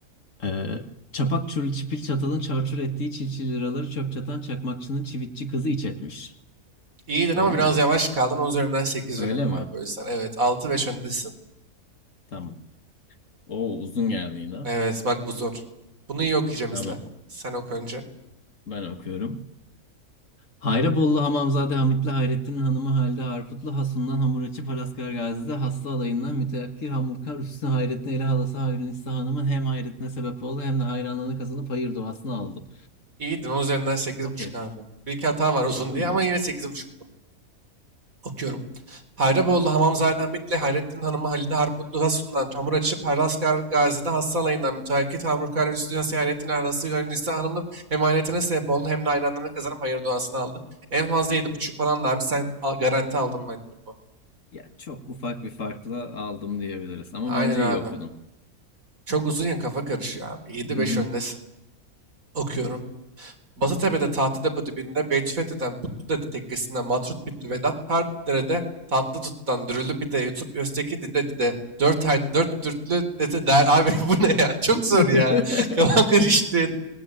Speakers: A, on the left; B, on the right.
A: Ee, çapak çürlü çipil çatalın çarçur ettiği çilçil liraları çöp çatan çakmakçının çivitçi kızı iç etmiş.
B: İyiydin
A: Oldu
B: ama biraz
A: mu?
B: yavaş kaldın. Onun üzerinden 8
A: Öyle
B: veriyorum
A: mi?
B: abi o yüzden. Evet. altı 5 öndesin.
A: Tamam. O uzun geldi yine.
B: Evet bak bu zor. Bunu iyi okuyacağım
A: Tamam.
B: izle. Sen oku önce.
A: Ben okuyorum. Hayrabollu Hamamzade Hamitli Hayrettin Hanımı Halide Harputlu Hasun'dan hamuracı açıp Gazi'de Hasta alayından müteakkir Hamurkar Üstüne Hayrettin Eli Halası Hayrünisa Hanım'ın hem hayretine sebep oldu hem de hayranlığını kazanıp hayır duasını aldı.
B: İyiydin. Onun üzerinden sekiz
A: Okey.
B: buçuk abi. Bir iki hata var uzun
A: Uygun.
B: diye ama yine 8,5'tun. Okuyorum. Hayraboğlu
A: Okey.
B: Hamamzade Hamit'le Hayrettin Hanım'ı Halide Harputlu Hasun'dan çamur açıp Haraskar Gazi'de Hassal Alayı'ndan müteakit Hamurkar Hüsnü Yasih Hayrettin Erhası Hüseyin Nisa Hanım'ın hem hayretine sebep oldu hem de hayranlarını kazanıp hayır duasını aldı. En fazla yedi buçuk falan da abi sen al- garanti aldın bence bunu.
A: Ya çok ufak bir farkla aldım diyebiliriz ama
B: Aynen
A: bence
B: abi.
A: iyi okudun.
B: Çok uzun ya kafa karışıyor abi. yedi
A: Hı
B: beş
A: hı.
B: öndesin. Okuyorum. Basıtepe'de Tahtadepo dibinde Beytüfethi'den Patludede tekkesinden Matrut Bitli Vedat, Tardere'de Tatlı Tut'tan Dürülü Bite yutup Özteki Dide Dide, Dört Haydi Dört Dürtlü Dede der. Abi <laughs> bu ne ya? Çok
A: <laughs>
B: zor ya. <laughs> Kafam karıştı.